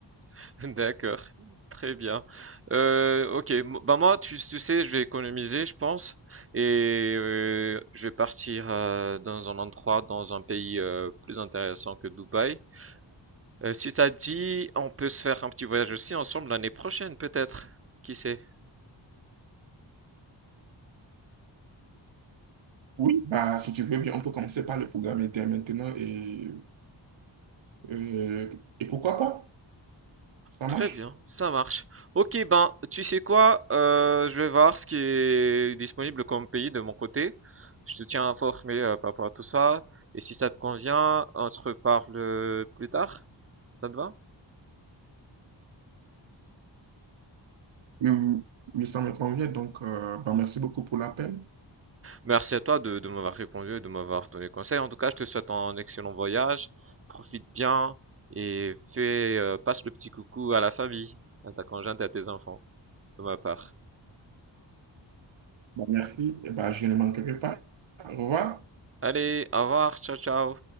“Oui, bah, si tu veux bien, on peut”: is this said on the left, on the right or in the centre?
Right